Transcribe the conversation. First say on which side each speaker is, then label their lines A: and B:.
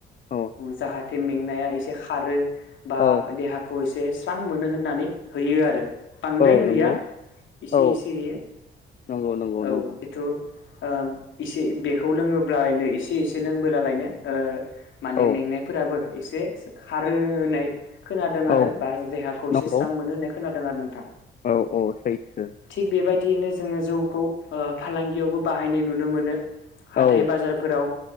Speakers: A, on the left; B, on the left.
A: औ
B: जाहाथे मेंनाया एसे खारो बा
A: औ
B: देहा खौ एसे स्रां मोनो होननानै होयो आरो बांद्राय
A: औ
B: होया
A: नंगौ
B: एसे
A: औ
B: एसे होयो
A: नंगौ नंगौ
B: औ।
A: नंगौ
B: जिथु ओ एसे बेखौ लोङोब्लालायनो एसे एसे लोंबोलालायनो ओ माने
A: औ
B: मेंनायफोराबो एसे खारो होनाय खोनादों आरो
A: औ
B: बा देहाखौ एसे
A: नंगौ
B: स्रां मोनो होननाय खोनादों आरो नोंथां।
A: औ औ सैथो।
B: थिग बेबायदियैनो जोङो जौखौ ओ फालांगियावबो बाहायनाय नुनो मोनो। हाथाय
A: औ
B: बाजारफोराव